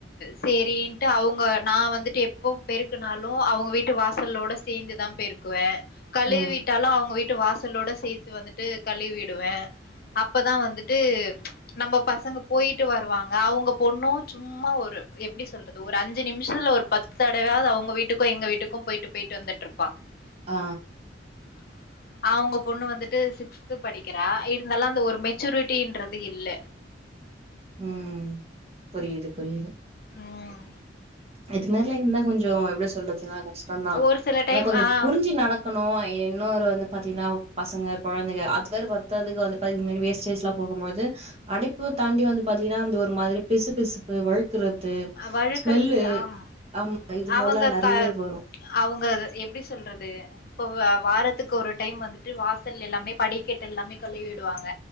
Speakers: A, on the left (about 55°); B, on the right (about 35°).
A: செரின்ட்டு அவங்க நா வந்துட்டு எப்போ பெருக்குனாலு அவங்க வீட்டு வாசலோட சேந்துதா பெருக்கு குவே கழுவிட்டாலு
B: ம்
A: அவங்க வீட்டு வாசலோட சேத்து வந்துட்டு கழுவிடுவே அப்பதா வந்துட்டு நம்ம பசங்க போயிட்டு வருவாங்க அவங்க பொண்ணு சும் மா ஒரு எப்டி சொல்றது ஒரு அஞ்சு நிமிஷத்துல ஒரு பத்து தடவாவது அவங்க வீட்டுக்கு எங்க வீட்டுக்கு போயிட்டு போயிட்டு வந்துட்டு இருப்பா <inaudible>
B: ஆ
A: <inaudible> அவங்க பொண்ணு வந்துட்டு சிக்ஸ்து படிக்கிறா இருந்தாலு அந்த ஒரு மெச்சூரிட்டன்றது இல்ல
B: ம் புரியுது புரியுது
A: ம்
B: இது மாறில்ல இருந்தா கொஞ்சோ எப்டி சொல்றதுன்ன கஷ்டம்தா
A: ஒரு சில
B: ஏன்னா
A: டைம்
B: கொஞ்சோ
A: ஆ
B: புரிஞ்சு நட க்கனு இன்னொரு வந்து பாத்தீங்கன்னா பசங்க கொழந்தைங்க அது வேற பத்ததுக்கு வந்து பாத்த இந்த மாரி வேஸ்டேஜ் எல்லா போகும்போது அடைப்பு தாண்டி வந்து பாத்தீங்கன்னா அந்த ஒரு மாதிரி பிசு பிசுப்பு வழு க்கிறது
A: வழுக்கறது
B: ஸ்மெல்லு
A: ஆமா
B: ஆமா இது
A: அவங்க
B: மூல நெறையவே
A: க
B: வரு
A: அவங்க அத எப்டி சொல்றது இப்போ வ வாரத்துக்கு ஒரு டைம் வந்துட்டு வாசல் எல்லாமே படிக்கட்டை எல்லாமே கழுவி விடுவாங்க